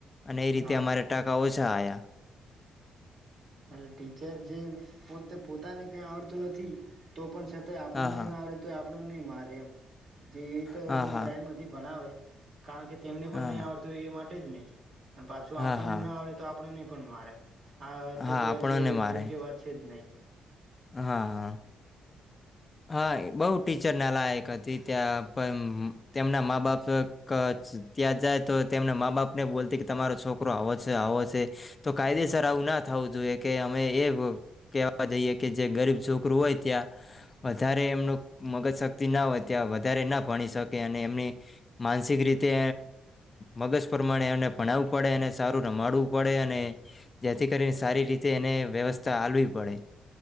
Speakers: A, on the left; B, on the right.
A: અને એ રીતે
B: હા
A: અમારે ટકા ઓછ આયા.
B: એટ ટીચર જે પોતે પોતાને કઈ આવડતું નથી, તો પણ આપણને
A: હા હા
B: ન આવડે તે આપણાને મારે્ય એમ. જે એ તો
A: હા
B: એને
A: હા
B: ગ્રાઈડમાંથી ભણાવે કારણ કે તેમને
A: હા
B: પણ નહીં આવડતું હોય એ માટે જ ન ને. <unintelligible> પાછું
A: હા
B: આપણને
A: હા
B: ના આવડે તો આપણને પણ મારે હ તો
A: હા
B: કોઈ
A: આપણને
B: અંશે
A: મારે
B: યોગ્ય વાત છે જ નહીં.
A: હા. હા. હા બઉ ટીચર ના લાયક હતી, ત્યાં પણ તેમના મા બાપ કે ત્યાં જાય તો તેમના મા બાપ ને બોલતી કે તમારો છોકરો આવો છે આવો છે તો કાયદેસર દર આવું ના થવું જોઈએ કે અમે એ કેવા જઈએ કે જે ગરીબ છોકરું હોય ત્યાં વધારે એમનું
B: હા
A: મગજ ના હોય ત્યાં વધારે ના ભણી શકે અને એમની માનસિક રીતે મગજ પ્રમાણે એમને ભણાવવું પડે અને સારું રમાડવું પડે અને જેથી કરીને સારી રીતે એને વ્યવસ્થા હાલવી પડે